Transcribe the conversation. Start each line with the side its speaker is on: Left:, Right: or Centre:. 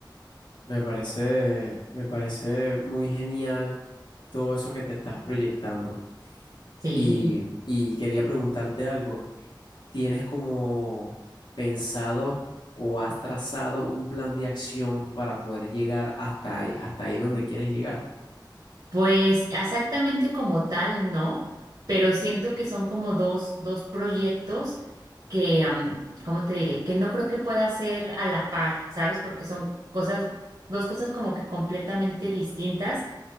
Left: Me parece, me parece muy genial todo eso que te estás proyectando.
Right: Sí.
Left: Y, y quería preguntarte algo. ¿Tienes como pensado o has trazado un plan de acción para poder llegar hasta ahí, hasta ahí donde quieres llegar?
Right: Pues exactamente como tal, no, pero siento que son como dos, dos proyectos que, am, ¿cómo te diré? Que no creo que pueda ser a la par, ¿sabes? Porque son cosas, dos cosas como que completamente distintas